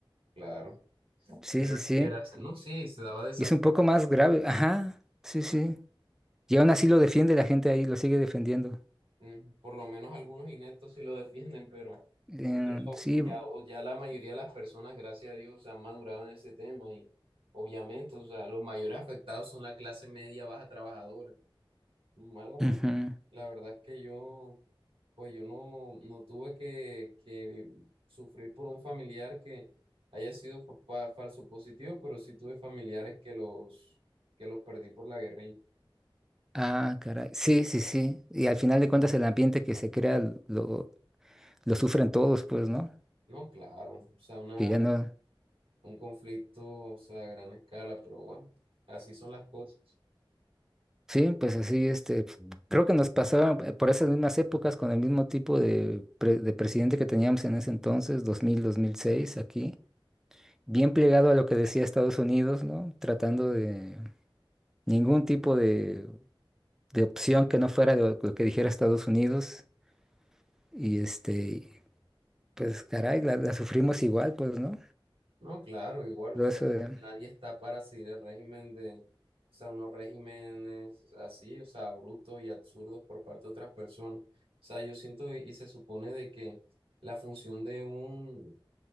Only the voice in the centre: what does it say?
Sí,
sí, sí.
Y es un
poco más grave. Ajá, sí, sí. Y aún así lo defiende la gente ahí, lo sigue defendiendo.
Eh,
sí.
ujú.
Ah, caray. Sí, sí, sí. Y al final de cuentas el ambiente que se crea lo, lo sufren todos, pues, ¿no?
que ya no.
Sí, pues así, este, pues, creo que nos pasaba eh, por esas mismas épocas con el mismo tipo de, pre- de presidente que teníamos en ese entonces, dos dos mil dos mil seis aquí, bien plegado a lo que decía Estados Unidos, ¿no? Tratando de ningún tipo de, de opción que no fuera lo, lo que dijera Estados Unidos. Y este, pues caray, la, la sufrimos igual, pues, ¿no?
Todo
eso de...